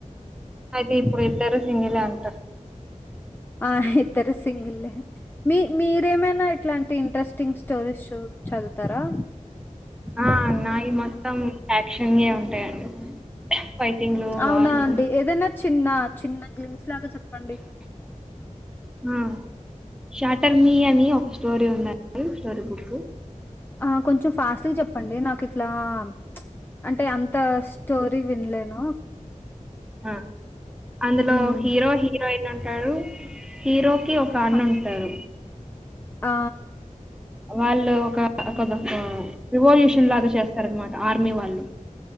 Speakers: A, in the centre; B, on the left (about 15°).
A: అయితే ఇప్పుడు ఇద్దరు సింగిలే అంట
B: ఆ ఇద్దరు సింగిలే మీ మీరేమైనా ఇట్లాంటి ఇంట్రెస్టింగ్ స్టోరీస్ చు చదువుతారా
A: ఆ నాయి మొత్తం యాక్షన్ ఏ ఉంటాయండి. ఫైటింగ్లు
B: అవునా
A: వార్లు
B: అండి ఏదైనా చిన్న చిన్న గ్లిమ్స్ లాగా చెప్పండి
A: అ షాటర్ మీ అని ఒక స్టోరీ ఉంది స్టోరీ బుకు
B: ఆ కొంచెం ఫాస్ట్గా చెప్పండి నాకు ఇట్లా ప్చ్ అంటే అంత స్టోరీ విన్లేను
A: అ అందులో
B: హ్మ్
A: హీరో హీరోయిన్ ఉంటరు హీరో కి ఒక అన్ను
B: హ
A: ఉంటరు
B: ఆ
A: వాళ్ళు ఒక ఒక రివల్యూషన్ లాగా చేస్తారనమాట ఆర్మీ వాళ్ళు